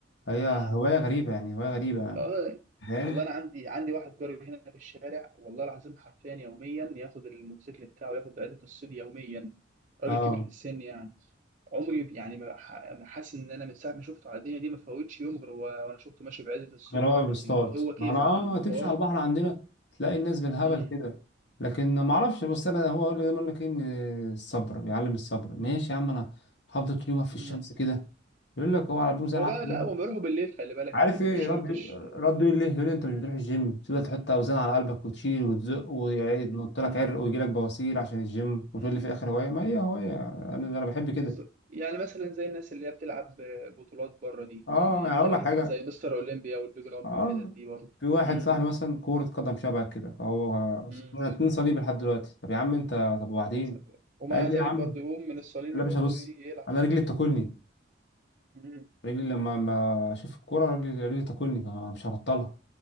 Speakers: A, on the left; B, on the right.
A: هي هوايه
B: مم.
A: غريبه يعني هوايه غريبه يعني
B: اه
A: فاهم
B: والله انا عندي عندي واحد جاري هنا في الشارع والله العظيم حرفيا يوميا ياخد الموتوسيكل بتاعه ياخد عدة الصيد يوميا راجل
A: اه
B: كبير في السن يعني عمري يعني ما ح- ما حاسس ان انا من ساعه ما شفته على الدنيا دي ما فوتش يوم غير و- وانا شفته ماشي بعدة الصيد
A: غير هو
B: ورايح
A: بيصطاد
B: يصيد هو كيف
A: ما انا اه
B: عنده
A: تمشي
B: اه
A: على البحر عندنا تلاقي الناس بالهبل
B: امم
A: كده لكن ما اعرفش بس انا هو اقول لك دايما يقول لك ايه ان الصبر بيعلم الصبر ماشي يا عم انا هفضل طول يوم واقف في الشمس
B: امم
A: كده يقول لك هو على بيوم زي
B: هو
A: العسل
B: بقى لا هو بيروحوا بالليل خلي بالك
A: عارف
B: يعني
A: ايه
B: مش شرط
A: رد
B: الش-
A: رد يقول لي يقول لي انت مش بتروح الجيم تبدا تحط اوزان على قلبك وتشيل وتزق وينط لك
B: امم
A: عرق ويجي لك بواسير عشان الجيم وتقول
B: امم
A: لي في الاخر هوايه ما هي هوايه انا انا بحب كده
B: ز- يعني مثلا زي الناس اللي هي بتلعب بطولات بره دي
A: اه
B: اللي هي
A: يعني
B: بتلعب
A: اقول لك حاجه
B: زي مستر اولمبيا والبيج رامي
A: اه
B: والحتت دي برضه
A: في واحد
B: امم
A: صاحبي مثلا كرة قدم شبه كده فهو
B: امم
A: انا اتنين صليب لحد دلوقتي طب يا عم انت طب وبعدين
B: يا ساتر ومع
A: قال
B: ذلك
A: لي يا عم
B: برضه يقوم من الصليبي
A: لا يا
B: برضه
A: باشا بص
B: ي- يلعب
A: انا رجلي بتاكلني
B: امم
A: رجلي لما ما اشوف الكوره رجلي رجلي بتاكلني فأنا مش هبطلها